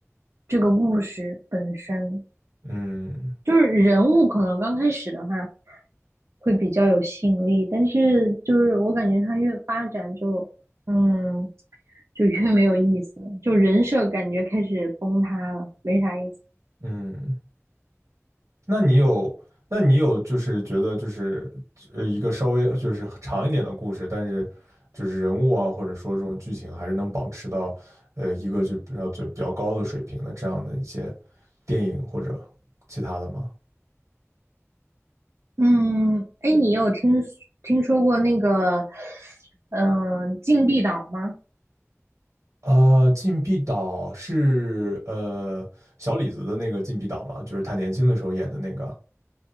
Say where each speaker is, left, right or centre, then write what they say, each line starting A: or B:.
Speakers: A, on the right (about 60°); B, on the right (about 85°).
A: 这个故事本身。
B: 嗯
A: 就是人物可能刚开始的话会比较有吸引力，但是就是我感觉他越发展就，嗯，就越没有意思了就人设感觉开始崩塌了，没啥意思。
B: 嗯，那你有，那你有，就是觉得就是呃一个稍微就是长一点的故事，但是就是人物啊，或者说这种剧情，还是能保持到呃一个就比较就比较高的水平的这样的一些电影或者其他的吗？
A: 嗯，哎，你有听听说过那个，嗯、呃禁闭岛吗？
B: 啊，禁闭岛是呃小李子的那个禁闭岛吗？就是他年轻的时候演的那个